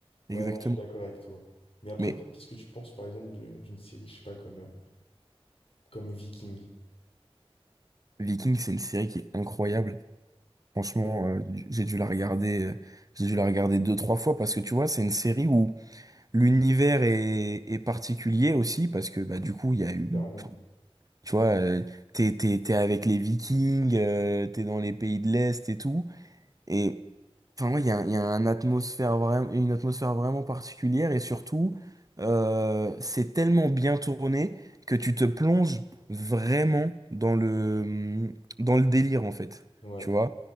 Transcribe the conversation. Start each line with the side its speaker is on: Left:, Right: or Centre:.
Left: Ouais,
Right: Exactement.
Left: non, je suis d'accord avec toi. Mais après,
Right: Mais
Left: toi, qu'est-ce que tu penses, par exemple, de- d'une série, je sais pas, comme, euh, comme Viking?
Right: Viking, c'est une série qui est incroyable. Franchement,
Left: Ouais.
Right: euh, j'ai dû la regarder, euh, j'ai dû la regarder deux, trois fois parce que tu vois, c'est une série où l'univers est, est particulier aussi parce que bah du coup, il y a eu,
Left: Clairement.
Right: enfin, tu vois, euh, t'es t'es t'es avec les Vikings, euh, t'es dans les pays de l'Est et tout, et enfin, ouais, il y a, il y a un atmosphère vraiment, une atmosphère vraiment particulière et surtout, euh, c'est tellement bien tourné que tu te plonges vraiment dans le, dans le délire en fait.
Left: Ouais,
Right: Tu vois?